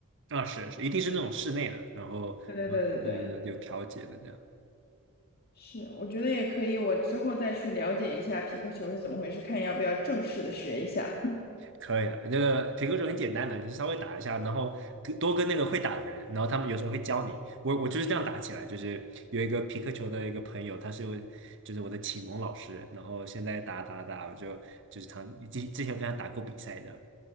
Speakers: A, on the right; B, on the left.
A: 啊，是是，一定是那种室内的，然后嗯有有有调节的这样。
B: 对对对对对，是，我觉得也可以，我之后再去了解一下皮克球是怎么回事，看要不要正式的学一下。<laughs>
A: 可以了，那个评克球很简单的，你就稍微打一下，然后跟多跟那个会打的人，然后他们有时候会教你。我我就是这样打起来，就是有一个皮克球的一个朋友，他是我就是我的启蒙老师，然后现在打打打，我就就是常之之前有跟他打过比赛的，